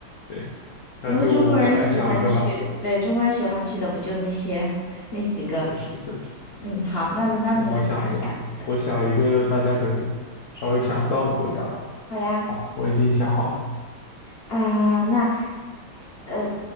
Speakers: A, on the left; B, on the left.
A: 对。那就我来想一个吧，
B: 因为中国人喜欢去，对，中国人喜欢去的不就那些那几个？
A: 确实确实。
B: 嗯，好，那轮到你了，
A: 行，那么我想一个吧，
B: 你来想一个。
A: 我想一个大家可能稍微想不到的国家吧。
B: 好呀，
A: 好，我已经想好了。
B: 啊、那呃，